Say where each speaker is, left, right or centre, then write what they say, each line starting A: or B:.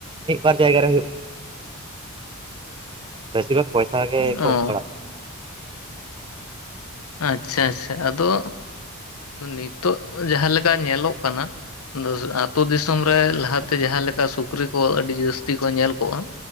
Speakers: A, on the right; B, on the left.
A: ᱢᱤᱫᱵᱟᱨ ᱡᱟᱭᱜᱟ ᱨᱮ ᱦᱩᱭᱩᱜ ᱠᱟᱱᱟ ᱵᱮᱥᱤᱨ ᱵᱷᱟᱜᱽ ᱯᱚᱭᱥᱟ ᱜᱮᱠᱚ
B: ᱚ
A: ᱮᱢ ᱵᱟᱲᱟᱜ ᱠᱟᱱᱟ᱾
B: ᱟᱪᱪᱷᱟ ᱟᱪᱪᱷᱟ, ᱟᱫᱚ ᱱᱤᱛᱚᱜ ᱡᱟᱦᱟᱸᱞᱮᱠᱟ ᱧᱮᱞᱚᱜ ᱠᱟᱱᱟ, ᱟᱛᱳ ᱫᱤᱥᱚᱢ ᱨᱮ ᱞᱟᱦᱟᱛᱮ ᱡᱟᱦᱟᱸ ᱞᱮᱠᱟ ᱥᱩᱠᱨᱤ ᱠᱚ ᱟᱹᱰᱤ ᱡᱟᱹᱥᱛᱤ ᱠᱚ ᱧᱮᱞ ᱠᱚᱜᱼᱟ᱾